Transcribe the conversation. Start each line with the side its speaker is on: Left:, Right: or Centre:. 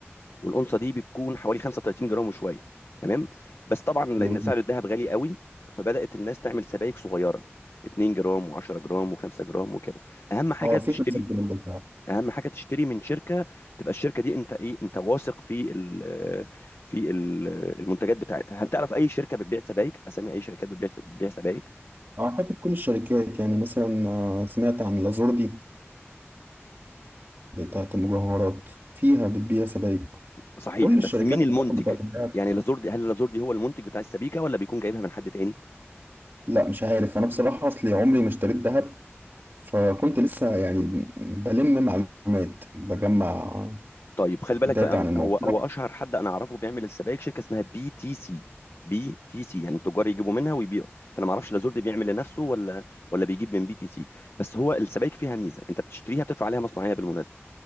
Left: والأونصة دي بتكون حوالي 35 جرام وشوية تمام بس طبعا لأن
Right: جميل
Left: سعر الذهب غالي قوي فبدأت الناس تعمل سبائك صغيرة 2 جرام و10 جرام و5 جرام وكده اهم حاجه
Right: اه
Left: تشتري
Right: في خمسة جنيه بالفعل
Left: اهم حاجه تشتري من شركه تبقى الشركه دي انت ايه انت واثق في ال في ال المنتجات بتاعتها هل تعرف اي شركه بتبيع سبائك اسامي اي شركات بتبيع بتبيع سبائك
Right: اعتقد كل الشركات يعني مثلا آه، سمعت عن لازوردي بتاعت المجوهرات فيها بتبيع سبائك
Left: صحيح
Right: كل الشركات
Left: بس مين المنتج
Right: اعتقد بتاعت الذهب
Left: يعني لازور دي هل لازور دي هو المنتج بتاع السبيكه ولا بيكون جايبها من حد تاني
Right: لا مش عارف انا بصراحة اصلي عمري ما اشتريت ذهب فكنت لسه يعني بلم معلومات بجمع
Left: طيب خلي بالك
Right: داتا
Left: بقى
Right: عن الموضوع
Left: هو هو اشهر حد انا اعرفه بيعمل السبائك شركه اسمها بي تي سي بي تي سي يعني التجار يجيبوا منها ويبيعوا فانا ما اعرفش لا زرد بيعمل لنفسه ولا ولا بيجيب من بي تي سي بس هو السبائك فيها ميزه انت بتشتريها بتدفع عليها مصنعيه بالمناسبه